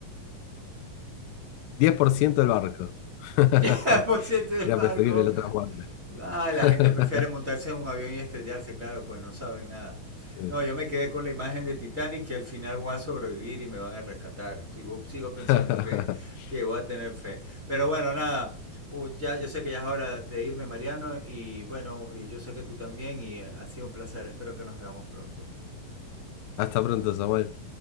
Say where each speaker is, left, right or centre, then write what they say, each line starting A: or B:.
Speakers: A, on the left; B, on the right.
A: 10% del barco. <laughs>
B: <laughs> Por cierto, el
A: Era
B: barco
A: preferible la otra muerte.
B: Ah,
A: <laughs>
B: la gente prefiere montarse en un avión y estrellarse, claro, pues no saben nada.
A: Sí.
B: No, yo me quedé con la imagen de Titanic que al final voy a sobrevivir y me van a rescatar. Sigo, sigo pensando
A: <laughs>
B: que, que voy a tener fe. Pero bueno, nada. Uh, ya, yo sé que ya es hora de irme, Mariano, y bueno, y yo sé que tú también, y eh, ha sido un placer. Espero que nos veamos pronto.
A: Hasta pronto, Samuel.